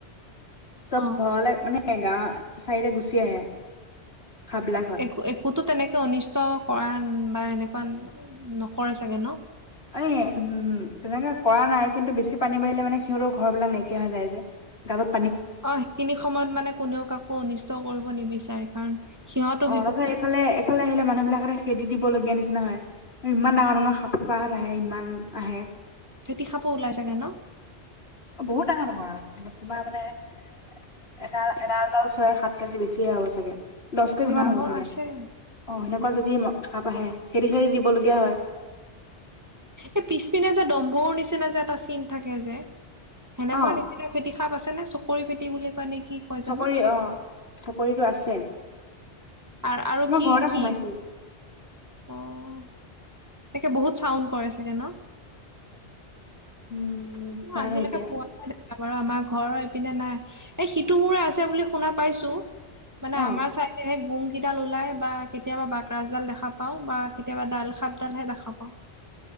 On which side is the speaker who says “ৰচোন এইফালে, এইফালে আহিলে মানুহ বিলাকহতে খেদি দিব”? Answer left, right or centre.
Left